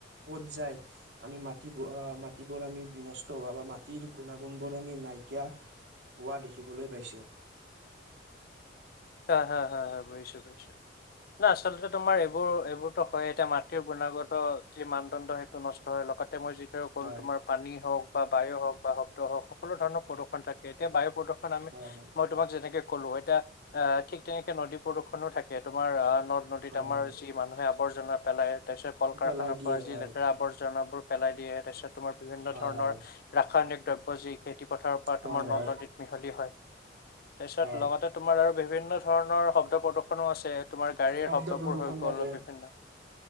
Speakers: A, on the right; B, on the left.
A: পত যায় আমি <unintelligible> মাটিবোৰ আমি বিনষ্ট হোৱা বা মাটিৰ গুণাগুণ বোৰ আমি- -নাইকিয়া হোৱা দেখিবলৈ পাইছো।
B: হা- হা- হা বুজিছো বুজিছো ন আচলতে- তোমাৰ এইবোৰ -এইবোৰতো হয় এতিয়া মাটিৰ গুণাগত যি মানদণ্ড সেইটো নষ্ট হৈ লগত- -তে মই যিয়াে ক'লো
A: হয়
B: তোমাৰ পানী হওক, বা বায়ু হওক বা শব্দ হওক সকলো ধৰণৰ প্ৰদূ্ষণ থাকে এতিয়া বায়ু প্ৰদূ্ষণ আমি,
A: হয় হয়
B: মই তোমাক যেনেকে- -কলো এতিয়া ঠিক তেনেকে নদী প্ৰদূষনো থাকে তোমাৰ আহ- নদ নদীত
A: হয়
B: আমাৰ
A: হয়
B: যি মানুহে- আৱৰ্জনা পেলায় তাৰ পিছত কল কাৰখানাৰ
A: পেলাই দিয়ে
B: পৰা যি
A: হয়
B: লেতেৰা আৱৰ্জনাবোৰ পেলাই দিয়ে- তাৰপিছত তোমাৰ বিভিন্ন
A: হয়
B: ধৰণৰ
A: হয়
B: ৰাসায়নিক দ্ৰব্য যি খেতি পথাৰৰ পৰা
A: হয়
B: তোমাৰ নদ‌-নদিত
A: হয়
B: মিহলি হয় <unintelligible> পিছত
A: হয়
B: লগতে তোমাৰ আৰু বিভিন্ন ধৰণৰ শব্দ প্ৰদূষনো আছে তোমাৰ গাড়ীৰ
A: শব্দ
B: শব্দবোৰ
A: প্ৰদূষণ
B: হৈ গ'ল
A: থাকে
B: অলপ বিভিন্ন